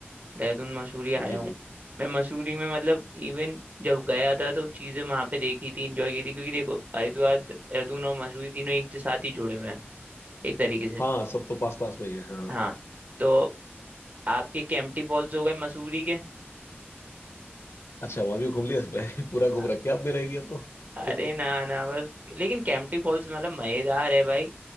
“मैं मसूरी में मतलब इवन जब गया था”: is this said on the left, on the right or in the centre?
Right